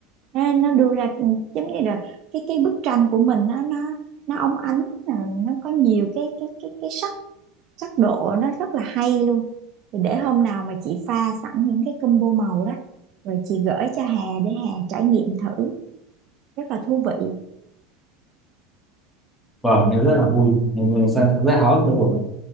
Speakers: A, on the right; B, in the centre.
A: nó nó đưa ra giống như là cái cái bức tranh của mình nó nó nó óng ánh à, nó có nhiều cái cái cái cái sắc sắc độ nó rất là hay luôn thì để hôm nào mà chị pha sẵn những cái combo màu đó rồi chị gửi cho Hà để Hà trải nghiệm thử rất là thú vị
B: vâng em rất là vui em rất, rất háo hức với buổi này